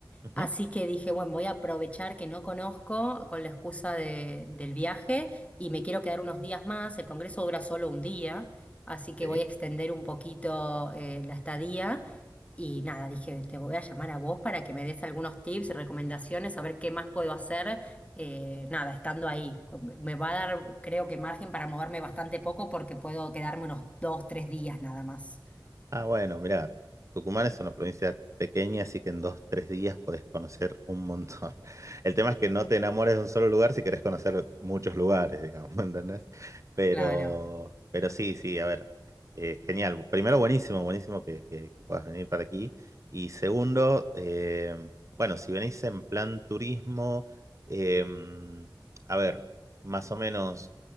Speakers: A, on the right; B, on the left.
A: ujú,
B: Así que dije, bueno, voy a aprovechar que no conozco con la excusa de- del viaje y me quiero quedar unos días más. El congreso dura solo un día, así
A: ok.
B: que voy a extender un poquito eh, la estadía. Y nada, dije, te voy a llamar a vos para que me des algunos tips, recomendaciones, a ver qué más puedo hacer, eh, nada, estando ahí. Me va a dar, creo que margen para moverme bastante poco porque puedo quedarme unos dos, tres días nada más.
A: Ah, bueno, mirá, Tucumán es una provincia pequeña, así que en dos, tres días podés conocer un montón. <laughs> El tema es que no te enamores de un solo lugar si querés conocer muchos lugares, digamos, <laughs> ¿entendés? Pero,
B: Claro.
A: pero sí, sí, a ver, eh, genial. Primero, buenísimo, buenísimo que, que- que puedas venir para aquí. Y segundo, eh, bueno, si venís en plan turismo, em, a ver, más o menos,